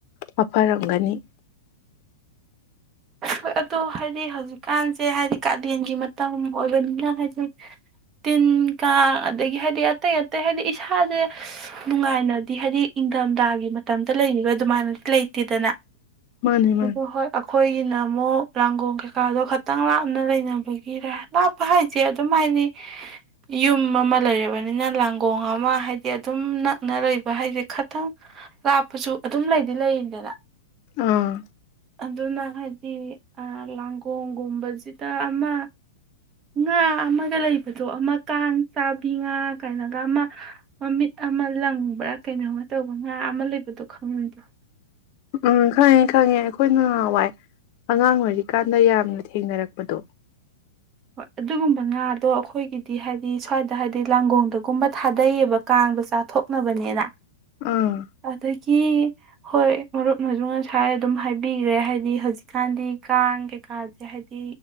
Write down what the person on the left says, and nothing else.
ꯍꯥꯐꯔꯝꯒꯅꯤ
ꯃꯥꯅꯦ ꯃꯥꯅꯦ
ꯑꯥ
ꯎꯝ ꯈꯪꯉꯦ ꯈꯪꯉꯦ ꯑꯩꯈꯣꯏꯅꯍꯥꯟꯋꯥꯏ ꯑꯉꯥꯡ ꯑꯣꯏꯔꯤꯀꯥꯟꯗ ꯌꯥꯝꯅ ꯊꯦꯡꯅꯔꯛꯄꯗꯣ
ꯑꯥ